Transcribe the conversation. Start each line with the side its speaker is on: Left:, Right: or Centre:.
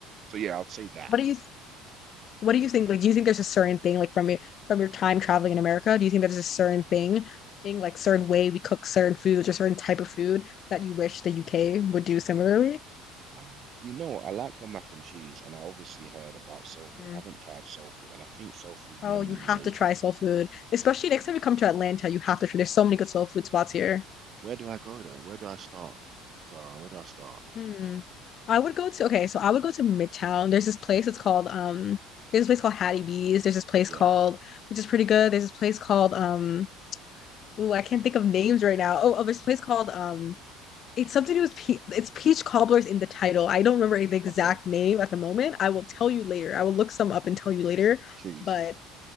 Right: So yeah, i will say that.
Left: What do you what do you think? Like, do you think there's a certain thing, like from your from your time traveling in America, do you think there's a certain thing, thing like certain way we cook certain foods or certain type of food that you wish the UK would do similarly?
Right: Um, You know, I like your mac and cheese, and I obviously heard about soul food.
Left: Mm.
Right: I haven't tried soul food, and I think soul food's mainly
Left: Oh, you have
Right: made.
Left: to try soul food, especially next time you come to Atlanta. You have to try. There's so many good soul food spots here.
Right: Where do I go though? Where do I start? Zara, where do I start?
Left: Hmm. I would go to okay, so I would go to Midtown. There's this place. It's called um. There's this place called Hattie B's. There's this place
Right: Yeah,
Left: called which is pretty good. There's this place called um. Ooh, I can't think of names right now. Oh, oh, there's a place called um it's something to do with pe- it's peach cobblers in the title. I don't remember the exact
Right: okay,
Left: name at the moment. I will tell you later. I will look some up and tell you later.
Right: please.
Left: But